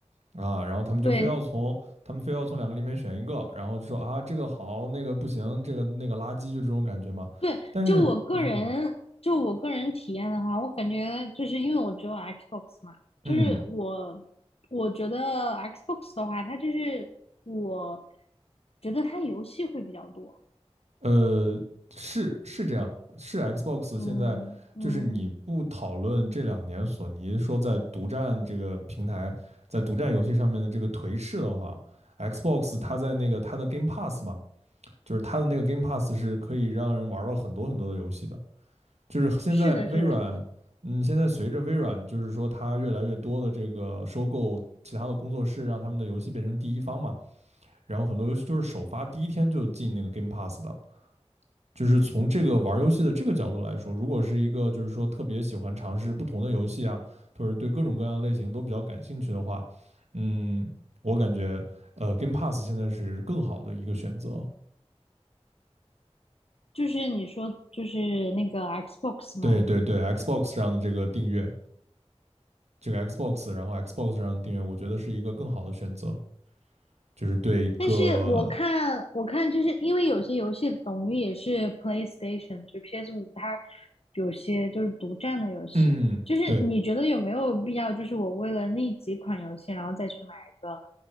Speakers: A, on the right; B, on the left.
A: 啊，然后他们就非要从他们非要从两个里面选一个，
B: 对，
A: 然后就说啊，这个好，那个不行，这个那个垃圾，就这种感觉嘛。
B: 对，
A: 但是，
B: 就我个人，
A: 嗯，
B: 就我个人体验的话，我感觉就是因为我只有 Xbox 嘛，
A: 嗯，
B: 就是我，我觉得 Xbox 的话，它就是我觉得它游戏会比较多。
A: 呃，是是这样，是 Xbox
B: 嗯嗯，
A: 现在就是你不讨论这两年索尼说在独占这个平台，在独占游戏上面的这个颓势的话，Xbox 它在那个它的 Game Pass 嘛，就是它的那个 Game Pass 是可以让人玩到很多很多的游戏的。就是现在微软，
B: 是的，是的，
A: 嗯，现在随着微软就是说它越来越多的这个收购其他的工作室，让他们的游戏变成第一方嘛，然后很多游戏就是首发第一天就进那个 Game Pass 的。就是从这个玩游戏的这个角度来说，如果是一个就是说特别喜欢尝试不同的游戏啊，或者对各种各样的类型都比较感兴趣的话，嗯，我感觉呃 Game Pass 现在是更好的一个选择。
B: 就是你说就是那个 Xbox
A: 对对对，Xbox
B: 嘛，
A: 上的这个订阅，这个 Xbox，然后 Xbox 上的订阅，我觉得是一个更好的选择，就是对一个
B: 但是我看，我看，就是因为有些游戏等于也是 PlayStation，就是 PS 五，它有些就是独占的游戏。
A: 嗯，
B: 就是你觉得有没有必要？
A: 对
B: 就是我为了那几款游戏，然后再去买一个